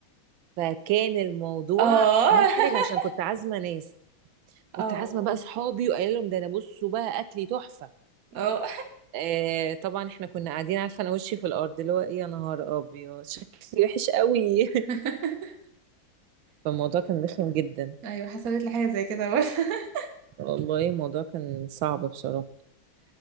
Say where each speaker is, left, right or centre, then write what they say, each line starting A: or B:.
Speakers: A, on the right; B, on the right.
A: فكان الموضوع
B: <laughs> اه
A: محرج
B: <laughs>
A: عشان كنت عازمه ناس كنت
B: اه
A: عازمه
B: اه
A: بقى اصحابي وقايله لهم ده انا بصوا بقى اكلي تحفه
B: اه
A: آه طبعا احنا كنا قاعدين عارفه انا وشي في الارض اللي هو ايه يا نهار ابيض شكلي وحش قوي
B: <laughs>
A: <laughs> فالموضوع كان رخم جدا
B: ايوه حصلت لي حاجه زي كده برضه <laughs>
A: والله الموضوع كان صعب بصراحه